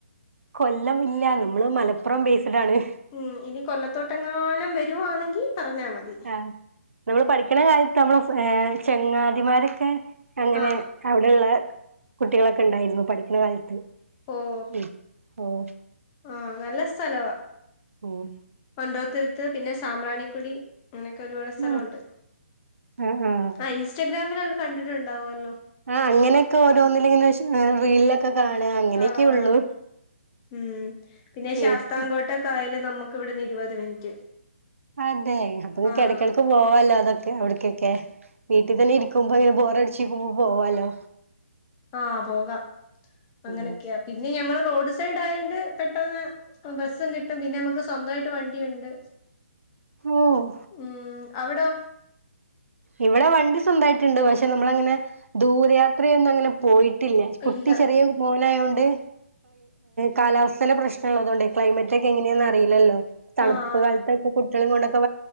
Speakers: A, on the right; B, on the left.
A: കൊല്ലം ഇല്ല നമ്മള് മലപ്പുറം ബേസ്ഡ് ആണ്
B: ഉം ഇനി കൊല്ലത്തോട്ടങ്ങാനം വരുവാന്നെങ്കി പറഞ്ഞാ മതി
A: ആഹ് നമ്മൾ പഠിക്കണ കാലത്ത് നമ്മളെ ചങ്ങാതിമാരൊക്കെ അങ്ങനെ
B: ആഹ്
A: അവിടെള്ള കുട്ടികളൊക്കെ ണ്ടായിരുന്നു പഠിക്കണ കാലത്ത്
B: ഓഹ്
A: ഉം ഓഹ്
B: ആഹ് നല്ല സ്ഥലവാ
A: ഓഹ്
B: പണ്ടോത്തരുത്ത് പിന്നെ സാമ്പ്രാണിക്കുടി അങ്ങനൊക്കെ ഒരുപാട് സ്ഥലമുണ്ട്.
A: ഉം ആഹ് ആഹ്
B: ആ ഇൻസ്റ്റാഗ്രാമിലൊക്കെ കണ്ടിട്ടുണ്ടാവുമല്ലോ
A: ആഹ് അങ്ങനൊക്കെ ഓരോന്നിലങ്ങ്നെ റീലിലൊക്കെ ഒക്കെ കാണാ അങ്ങനെയൊക്കെ
B: ആഹ്
A: ഉള്ളൂ
B: ഉം പിന്നെ
A: കേട്ട്
B: ശാസ്ത്ര കോട്ട ട്ടക്കായൽ നമുക്ക് ഇവിടുന്ന് ഇരുപത് മിനിറ്റ്
A: അതെ അപ്പൊ നിനക്ക്
B: ആഹ്
A: ഇടയ്ക്കിടയ്ക്ക് പോവാലോ അതൊക്കെ അവിടയ്ക്കൊക്കെ വീട്ടിൽ തന്നെ ഇരിക്കുമ്പോ ഇങ്ങനെ ബോറടിച്ചിരിക്കുമ്പോ പോവാലോ
B: ആഹ് പോകാം അങ്ങനെയൊക്കെയാ
A: ഉം
B: പിന്നെ ഞങ്ങൾ റോഡ് സൈഡ് ആയോണ്ട് പെട്ടെന്ന് ബസ്സും കിട്ടും പിന്നെ നമ്മുക്ക് സ്വന്തമായിട്ട് വണ്ടിയുണ്ട്.
A: ഓഹ്
B: ഉം അവിടൊ
A: ഇവിടെ വണ്ടി സ്വന്തമായിട്ട് ഉണ്ട് പക്ഷെ നമ്മൾ അങ്ങനെ ദൂരയാത്രയൊന്നും അങ്ങനെ പോയിട്ടില്ല കുട്ടി
B: ഇല്ല
A: ചെറിയ മോനായത് കൊണ്ട് കാലാവസ്ഥയിലെ പ്രശ്നമുണ്ട് ള്ളതുകൊണ്ട് ക്ലൈമറ്റ് ഒക്കെ എങ്ങനെയാണെന്ന് അറിയില്ലല്ലോ തണുപ്പ്
B: ആഹ്
A: കാലത്തൊക്കെ കുട്ടികളെ കൊണ്ടൊക്കെ